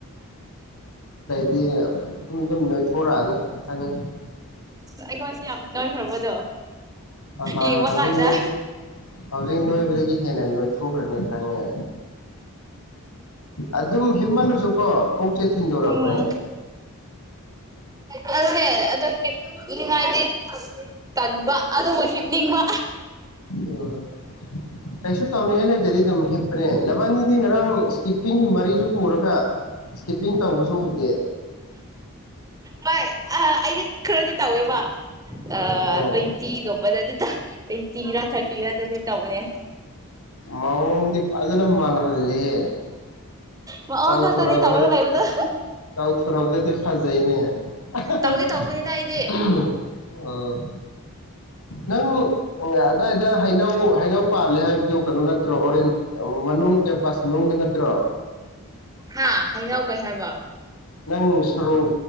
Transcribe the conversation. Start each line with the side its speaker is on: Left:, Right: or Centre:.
Left: ꯑꯦ ꯑꯗꯨꯝ ꯑꯗꯨꯝ ꯅꯣꯏꯊꯣꯔꯛꯑꯅꯤ꯫ ꯈꯪꯏ
Right: ꯑꯩꯈꯣꯏꯁꯦ ꯌꯥꯝ ꯅꯣꯏꯈ꯭ꯔꯕꯗꯣ꯫
Left: ꯍꯣꯏ
Right: ꯌꯦꯡꯕ
Left: ꯍꯧꯖꯤꯛ
Right: ꯀꯥꯟꯗ
Left: ꯅꯣꯏ ꯍꯧꯖꯤꯛ ꯅꯣꯏꯕꯗꯒꯤ ꯍꯦꯟꯅ ꯅꯣꯏꯊꯣꯛꯈ꯭ꯔꯅꯤ꯫ ꯈꯪꯉꯦ ꯑꯗꯨꯝ ꯍꯤꯞꯜꯂꯁꯨ ꯀꯣ ꯄꯨꯛꯁꯦ ꯊꯤꯟꯗꯣꯔꯛꯄꯅꯦ꯫
Right: ꯎꯝ ꯑꯗꯨꯅꯦ <unintelligible> ꯇꯟꯕ ꯑꯗꯨꯕꯨ ꯍꯤꯞꯅꯤꯡꯕ꯫
Left: ꯎꯝ ꯀꯩꯁꯨ ꯇꯧꯅꯤꯡꯉꯥꯏ ꯂꯩꯇꯗꯤ ꯑꯗꯨꯝ ꯍꯤꯞꯄꯅꯦ ꯅꯕꯥꯅꯤꯗꯤ ꯉꯔꯥꯡ ꯏꯁꯀꯤꯞꯄꯤꯡꯒꯤ ꯃꯔꯤꯁꯨ ꯄꯨꯔꯒ ꯏꯁꯀꯤꯞꯄꯤꯡ ꯇꯧꯕꯁꯨ ꯎꯗꯦ꯫
Right: ꯍꯣꯏ ꯑꯩꯗꯤ ꯈꯔꯗꯤ ꯇꯧꯋꯦꯕ꯫ ꯑ
Left: ꯑꯥ
Right: ꯇ꯭ꯋꯦꯟꯇꯤꯒꯨꯝꯕꯗꯗꯤ ꯇꯧ ꯇꯨꯂꯦꯟꯇꯤꯔꯥ ꯊꯔꯇꯤꯔꯥꯗꯗꯤ ꯇꯧꯕꯅꯦ꯫
Left: ꯃꫭꯡꯗꯤ ꯐꯖꯅ ꯃꯥꯜꯍꯜ ꯍꯜꯂꯦ
Right: ꯃꯑꯣꯡ
Left: ꯇꯧꯊꯣꯔꯛꯄꯗ
Right: ꯈꯛꯇꯅꯦ ꯇꯧꯔꯒ ꯂꯩꯕꯗꯣ
Left: ꯇꯧꯊꯣꯔꯛꯄꯗꯗꯤ ꯐꯖꯩꯅꯦ ꯑꯍꯍ
Right: ꯇꯧꯗꯤ ꯇꯧꯕꯅꯤꯗ ꯑꯩꯗꯤ
Left: ꯑꫭ꯫ ꯅꯪ ꯑꯗꯥꯏꯗ ꯍꯩꯅꯧ ꯍꯩꯅꯧ ꯄꯥꯜꯂꯦ ꯍꯥꯏꯕꯗꯨ ꯀꯩꯅꯣ ꯅꯠꯇ꯭ꯔꯣ ꯑꯣꯔꯦꯟ ꯃꯅꯨꯡ ꯀꯦꯝ ꯄꯥꯁ ꯃꯅꯨꯡꯗ ꯅꯠꯇ꯭ꯔꯣ
Right: ꯍꯥ ꯍꯩꯅꯥꯎ ꯀꯩ ꯍꯥꯏꯕ
Left: ꯅꯪ ꯁꯣꯔꯣꯛ